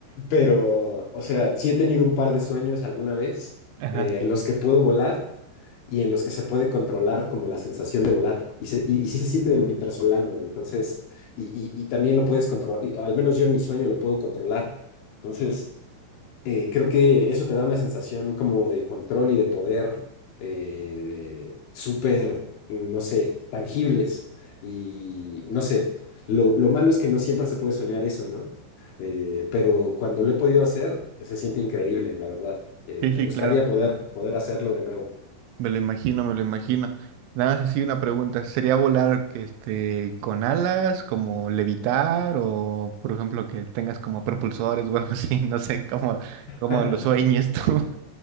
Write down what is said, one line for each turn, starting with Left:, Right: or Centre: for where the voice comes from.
Left: Pero, o sea, sí he tenido un par de sueños alguna vez
Right: Ajá.
Left: eh, en los que puedo volar y en los que se puede controlar como la sensación de volar. Y, se- y, y sí se siente mientras volando. Entonces, y, y, y también lo puedes controlar, y- al menos yo en mi sueño lo puedo controlar. Entonces, eh, creo que eso te da una sensación como de control y de poder eh, súper, no sé, tangibles. Y no sé, lo, lo malo es que no siempre se puede soñar eso, ¿no? Eh, pero cuando lo he podido hacer, se siente increíble, la verdad. Eh,
Right: Sí,
Left: me
Right: sí,
Left: gustaría
Right: claro.
Left: poder, poder hacerlo de nuevo.
Right: Me lo imagino, me lo imagino. Nada más así una pregunta. ¿Sería volar que este, con alas, como levitar, o por ejemplo que tengas como propulsores o algo así? <laughs> No sé, como, como
Left: <laughs>
Right: lo sueñes tú. <laughs>